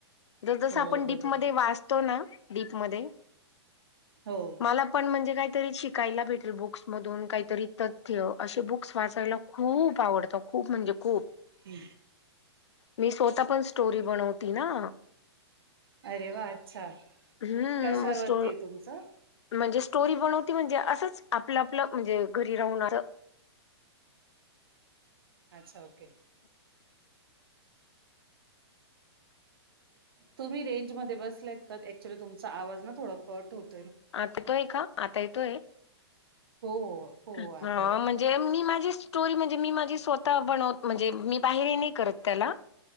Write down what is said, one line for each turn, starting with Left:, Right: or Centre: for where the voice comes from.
Left: ज-ज-जस आपण
Right: हो
Left: डीपमध्ये
Right: बरोबर.
Left: वाचतो ना डीपमध्ये.
Right: हो!
Left: मला पण म्हणजे काहीतरी शिकायला भेटेल बुक्स मधून काहीतरी. तथ्य असे बुक्स वाचायला खूप आवडतं, खूप म्हणजे खूप.
Right: हू!
Left: मी स्वतः पण स्टोरी बनवती ना!
Right: अरे वा अच्छा
Left: हम्म
Right: कशावरती
Left: मग स्टो
Right: हे तुमचं?
Left: म्हणजे स्टोरी बनवती म्हणजे, असंच आपलं आपलं म्हणजे घरी राहूननार.
Right: अच्छा ओके! तुम्ही रेंज मध्ये बसल्यायत का ऍक्च्युली तुमचा आवाज ना थोडा कट होत
Left: आता तोय का, आता येतोय.
Right: हो हो!
Left: हा
Right: आता येतोय
Left: म्हणजे. मी माझी स्टोरी म्हणजे, मी माझी स्वतः बनवत म्हणजे मी बाहेर ये नाही करत त्याला.